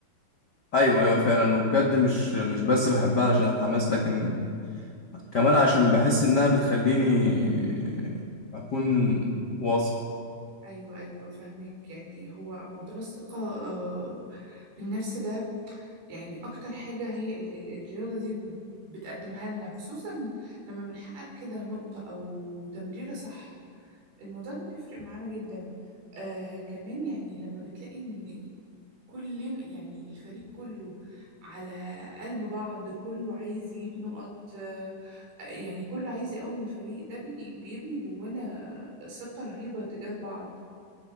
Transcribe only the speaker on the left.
ايوه ايوه فعلا وبجد مش مش بس بحبها علشان الحماس لكن كمان عشان بحس انها بتخليني اكون واثق